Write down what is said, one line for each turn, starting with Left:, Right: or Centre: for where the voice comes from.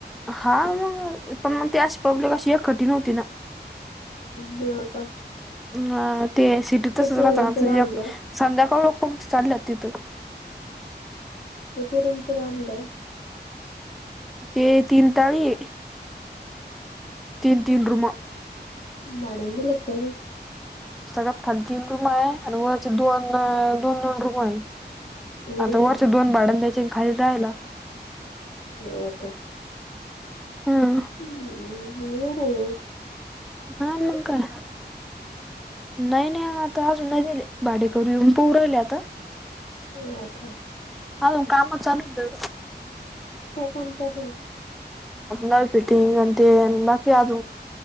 Centre: हा मग पण मग ते अशी पब्लिक अशी एकठीण हो्हती ना
Left: न का
Centre: ह ते सिटीतचच
Left: किती
Centre: राहत
Left: रूमचं बांधलं
Centre: एक संध्याकाळ लोक प चाढलेत तिथं
Left: तिती रूमचं बांधलं
Centre: ते तीन ताळी तीन तीन रूमा
Left: मड दि ल का
Centre: गप खाली तीन रूम आहे आणि वरचे दोन दोन दोन रूम आहे
Left: हो
Centre: आता वर्ष
Left: का
Centre: दोन भाडन द्यायचे आणि खाली राहायला
Left: हो का
Centre: हं.
Left: ह् वरा म
Centre: हा मं काय नाही नाही आता अज नाही दिले भाडे कर येऊन परवले आता
Left: हो का
Centre: ह काम चालू
Left: काय काम चालेलंल
Centre: ह फिटिंग ते बाकी आज